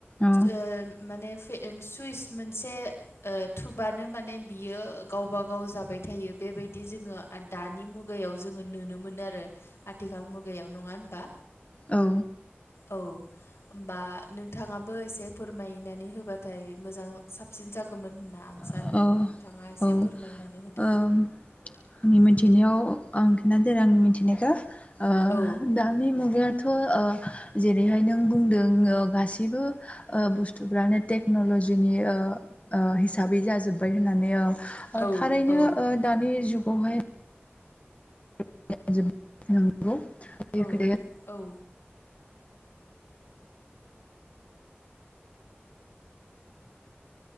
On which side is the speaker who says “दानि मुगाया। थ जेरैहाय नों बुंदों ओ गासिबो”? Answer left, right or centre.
Left